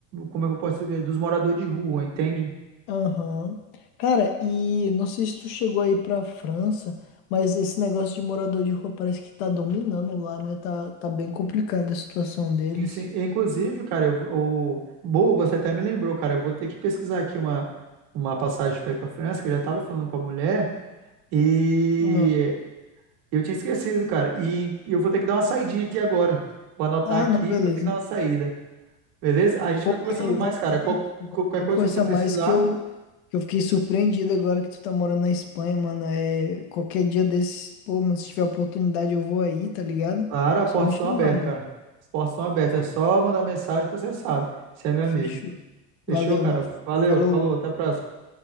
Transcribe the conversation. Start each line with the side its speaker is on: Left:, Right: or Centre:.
Right: Como é que eu posso dizer? Dos moradores de rua, entende?
Left: Aham. Cara, e não sei se tu chegou aí pra França, mas esse negócio de morador de rua parece que tá dominando lá, né? Tá, tá bem complicada a situação deles.
Right: Sim, sim. Inclusive, cara, eu, o, boa, você até me lembrou, cara. Eu vou ter que pesquisar aqui uma, uma passagem para ir para França, que eu já estava falando com a mulher. E
Left: Hum.
Right: eu tinha esquecido, cara. E eu vou ter que dar uma saidinha aqui agora. Vou anotar
Left: Ah,
Right: aqui
Left: não, beleza.
Right: e vou ter que dar uma saída. Beleza? A gente
Left: Pô,
Right: vai conversando
Left: ei,
Right: mais,
Left: vamos,
Right: cara. Qual-
Left: isso, mano,
Right: qualquer
Left: vamos
Right: coisa
Left: conversar
Right: que você precisar,
Left: mais que eu, que eu fiquei surpreendido agora que tu tá morando na Espanha, mano. É, qualquer dia desses, pô, mano, se tiver oportunidade eu vou aí, tá ligado?
Right: claro, as
Left: Só
Right: portas
Left: me chamar,
Right: são abertas,
Left: mano.
Right: cara. As portas são abertas. É só mandar mensagem que você sabe. Você é meu
Left: Fechou.
Right: amigo. Fechou,
Left: Valeu,
Right: cara?
Left: mano.
Right: Valeu,
Left: Falou.
Right: falou, até a próxima.